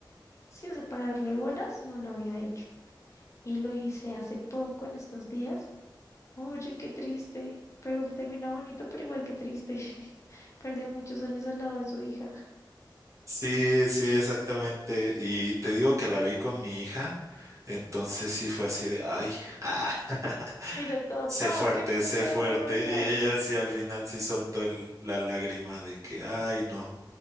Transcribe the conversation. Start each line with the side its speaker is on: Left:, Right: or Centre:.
Left: sí, o sea, para darle bolas, no lo había hecho. Y lo hice hace poco, en estos días. Oye, qué triste, pero termina bonito, pero igual qué triste. <laughs> Perdió muchos años al lado de su hija.
Right: Sí, sí, exactamente. Y te digo que la vi con mi hija, entonces sí fue así de, ay, ah. <laughs>
Left: Ella toda,
Right: sé
Left: papi,
Right: fuerte,
Left: no
Right: sé
Left: te
Right: fuerte.
Left: vayas.
Right: Y ella sí
Left: <laughs>
Right: al final sí soltó el- la lágrima de que, ay, no.